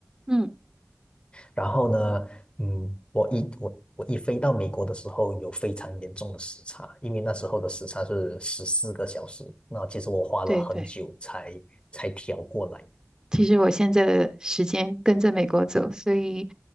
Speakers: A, on the right; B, on the left.
A: 嗯，
B: 然后呢，嗯，我一我我一飞到美国的时候，有非常严重的时差，因为那时候的时差是十四个小时。那其实我花了很久才才调过来。
A: 对对。其实我现在的时间跟着美国走，所以